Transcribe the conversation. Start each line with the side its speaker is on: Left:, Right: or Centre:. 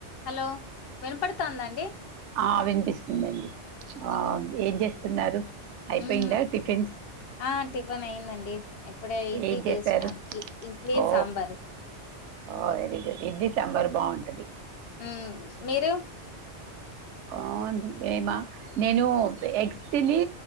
Left: హలో వినపడతాందా అండి
Right: ఆ వినిపిస్తుంది అండి ఆ ఏం చేస్తున్నారు అయిపోయిందా
Left: మ్మ్
Right: టిఫిన్స్
Left: ఆ టిఫిన్ అయిందండి ఇప్పుడే ఇడ్లీ
Right: ఏం చేశారు
Left: చేసినాము ఇ ఇడ్లీ
Right: ఓ
Left: సాంబారు
Right: ఆ వెరీ గుడ్ ఇడ్లీ సాంబార్ బాగుంటది
Left: యూ మీరు
Right: ఆ ఏమా నేను ఎగ్స్ తిని